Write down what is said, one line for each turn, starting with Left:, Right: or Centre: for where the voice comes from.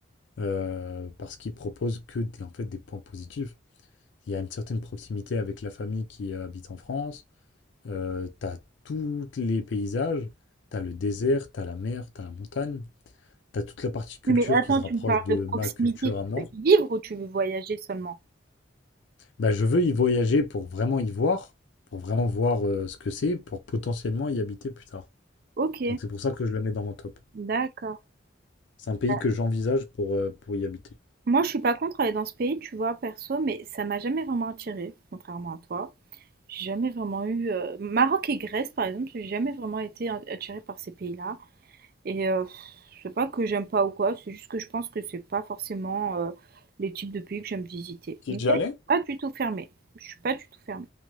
Left: euh, parce qu'il propose que des, en fait, des points positifs. Il y a une certaine proximité avec la famille qui euh, habite en France, euh, t'as tous les paysages, t'as le désert, t'as la mer, t'as la montagne, t'as toute la partie culture
Right: Oui, Mais attends,
Left: qui se rapproche
Right: tu me parles
Left: de
Right: de
Left: ma
Right: proximité,
Left: culture
Right: tu
Left: à moi.
Right: veux y vivre ou tu veux voyager seulement?
Left: Bah, je veux y voyager pour vraiment y voir, pour vraiment voir euh, ce que c'est, pour potentiellement y habiter plus tard.
Right: Ok,
Left: Donc c'est pour ça que je le mets dans mon top.
Right: d'accord.
Left: C'est un pays
Right: Euh,
Left: que j'envisage pour, euh, pour y habiter.
Right: moi, je suis pas contre aller dans ce pays, tu vois, perso, mais ça m'a jamais vraiment attirée, contrairement à toi. J'ai jamais vraiment eu... euh, Maroc et Grèce, par exemple, j'ai jamais vraiment été a- attirée par ces pays-là. Et euh, pff, c'est pas que j'aime pas ou quoi, c'est juste que je pense que c'est pas forcément euh, les types de pays que j'aime visiter.
Left: Tu
Right: Mais
Left: es déjà allé?
Right: pas du tout fermée. Je suis pas du tout fermée.